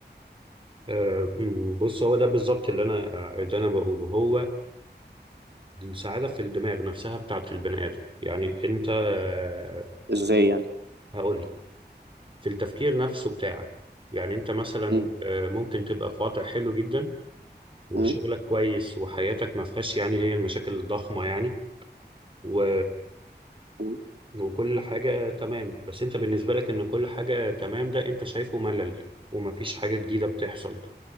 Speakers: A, on the right; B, on the right.
A: آه، م، بص هو ده بالظبط اللي أنا اللي أنا بقوله هو السعادة في الدماغ نفسها بتاعت البني آدم يعني أنت آه،
B: ازاي يعني
A: هقولك في التفكير نفسه بتاعك يعني أنت مثلا
B: مم.
A: آه، ممكن تبقى في وضع حلو جدا وشغلك
B: مم.
A: كويس وحياتك ما فيهاش يعني هي المشاكل الضخمة يعني و...
B: مم.
A: وكل حاجة تمام بس انت بالنسبة لك ان كل حاجة تمام ده انت شايفه ملل ومفيش حاجة جديدة بتحصل